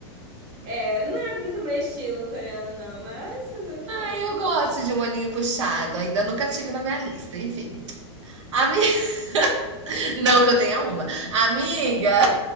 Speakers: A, on the right; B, on the right.
A: É, não é muito meu estilo coreano, não, mas fazer o quê,
B: Ai,
A: né?
B: eu gosto de um olhinho puxado, ainda nunca tive na minha lista, enfim. Ami... <laughs> Não que eu tenha uma. Amiga,